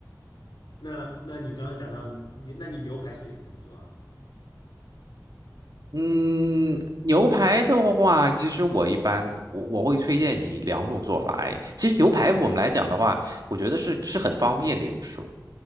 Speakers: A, on the left (about 85°); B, on the right (about 60°).
A: 那那你刚刚讲到你，那你牛排是不是也是这么做啊？
B: 嗯，牛排的话，其实我一般我我会推荐你两种做法。哎，其实牛排我们来讲的话，我觉得是是很方便的一种食物。